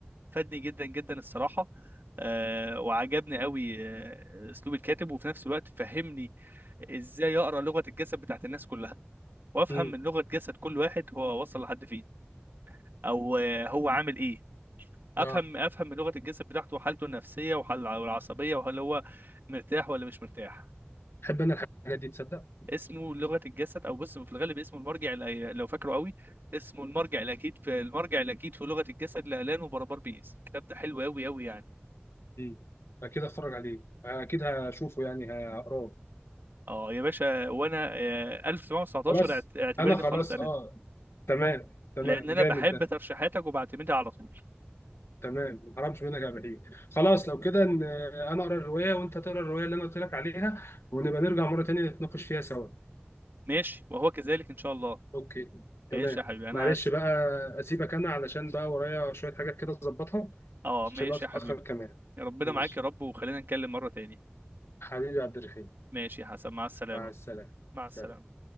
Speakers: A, on the right (about 55°); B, on the left (about 85°).
A: فادني جدا جدا الصراحه آه، وعجبني قوي آه، اسلوب الكاتب وفي نفس الوقت فهمني ازاي اقرا لغه الجسد بتاعت الناس كلها وافهم
B: امم
A: من لغه جسد كل واحد هو وصل لحد فين او آه، هو عامل ايه افهم
B: اه
A: افهم من لغه الجسد بتاعته وحالته النفسيه وحال- والعصبيه وهل هو مرتاح ولا مش مرتاح
B: بحب انا الحاجات دي تصدق
A: اسمه لغه الجسد او بص في الغالب اسمه المرجع الأ- لو فاكره قوي اسمه المرجع الاكيد في المرجع الاكيد في لغه الجسد لالان وبربار بيس الكتاب ده حلو قوي قوي يعني
B: امم اكيد اتفرج عليه اكيد هشوفه يعني هقراه
A: اه يا باشا وانا آه، 1919
B: خلاص
A: اعت- اعتبرني
B: انا خلاص
A: خلاص قريت
B: اه تمام تمام
A: لان انا
B: جامد
A: بحب
B: ده
A: ترشيحاتك وبعتمدها على طول
B: تمام ما حرمش منك يا بحيي خلاص لو كده إن- انا اقرا الروايه وانت تقرا الروايه اللي انا قلت لك عليها ونبقى نرجع مره تانية نتناقش فيها سوا
A: ماشي وهو كذلك ان شاء الله
B: اوكي تمام
A: ماشي يا حبيبي انا
B: معلش
A: أس...
B: بقى اسيبك انا علشان بقى ورايا شويه حاجات كده اظبطها
A: اه
B: عشان
A: ماشي
B: الوقت
A: يا حبيبي
B: اتاخر كمان
A: ربنا
B: ماشي
A: معاك يا رب وخلينا نتكلم مره تاني
B: حبيبي يا عبد الرحيم
A: ماشي يا حسن مع السلامه
B: مع السلامه
A: مع السلامه
B: سلام.